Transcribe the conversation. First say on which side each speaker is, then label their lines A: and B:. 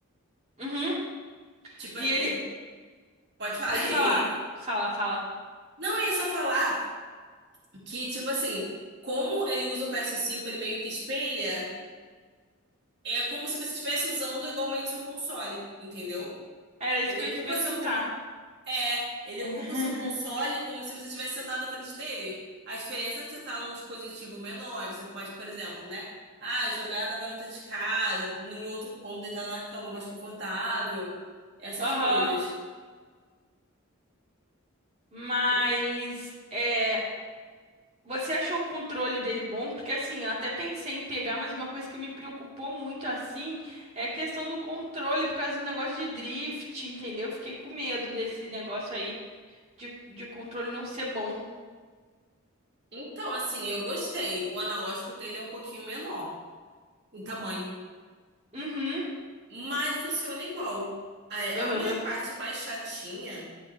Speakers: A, on the right (about 30°); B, on the right (about 55°).
A: Uhum.
B: Tipo,
A: E ele.
B: e- pode falar.
A: Pode
B: <laughs>
A: falar. Fala, fala.
B: Não, eu ia só falar que, tipo assim, como ele usa o ps cinco ele meio que espelha, é como se você estivesse usando igualmente seu console, entendeu?
A: Era isso
B: Ele
A: que eu
B: ocupa
A: ia te perguntar.
B: seu, con- É, ele
A: <laughs>
B: ocupa o seu console
A: É.
B: como se você estivesse sentado na frente dele. A diferença é que você tá num dispositivo menor, você pode, por exemplo, né? Ah, jogar da varanda de casa, em outro cômodo, deitado na cama mais confortável, essas
A: Aham.
B: coisas.
A: Mas.
B: O-
A: É. Você achou o controle dele bom? Porque assim, eu até pensei em pegar, mas uma coisa que me preocupou muito assim é a questão do controle por causa do negócio de drift, entendeu? Eu Fiquei com medo desse negócio aí. de, de controle não ser bom.
B: Então, assim, eu gostei. O analógico dele é um pouquinho menor em tamanho,
A: Uhum.
B: mas funciona igual. A
A: Aham.
B: a única parte mais chatinha,